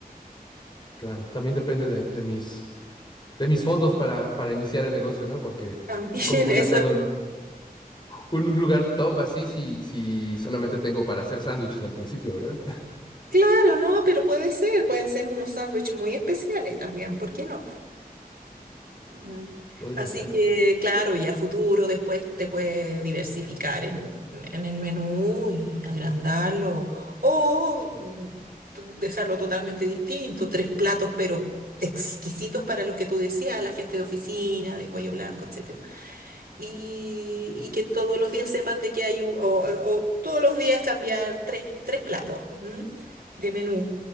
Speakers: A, on the left; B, on the right.
A: Claro, también depende de, de mis de mis fondos para, para iniciar el negocio, ¿no? Porque
B: También
A: ¿cómo voy
B: <laughs>
A: a hacer
B: eso
A: un, un lugar top así si, si solamente tengo para hacer sándwiches al principio, ¿verdad?
B: Claro, no, pero puede ser, pueden ser unos sándwiches muy especiales también, ¿por qué no? po? Mm.
A: <laughs> Podría
B: Así
A: ser.
B: que, claro, ya a futuro después te puedes diversificar en, en el menú y agrandarlo o t- dejarlo totalmente distinto, tres platos, pero exquisitos para los que tú decías, la gente de oficina, de cuello blanco, etcétera y, y que todos los días sepan de que hay, u- o, o todos los días cambiar tres, tres platos, ¿m? de menú